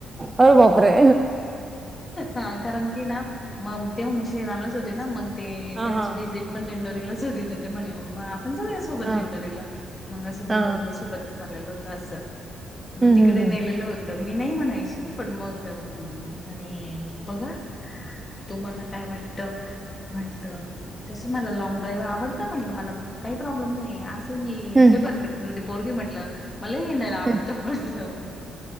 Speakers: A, on the right; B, on the left.
A: अरे बापरे
B: हा कारण की ना मम श्रीरामलाच होती ना मग ते
A: हा
B: त्यांची
A: हा
B: व्हिजिट पण दिंडोरीलाच होती तर ते म्हणे म आपण जाऊया सोबत
A: हा
B: दिंडोरी म असं दिंडोरीला
A: हा
B: सोबतच चाललेलो होत अस म
A: हम्म
B: तिकडे
A: हम्म हम्म
B: नेलेलं होत तर मी नाही म्हणायची पण मग म्हणे बघा तुम्हाला काय वाटतं म्हटलं तसं मला लॉंग ड्राईव आवडतं असं म्हटलं मला काही प्रॉब्लेम नाही असेल मी
A: हम्म
B: लेबर करण्याची पोरगी म्हटलं मला लई आवडतं
A: हम्म
B: म्हटलं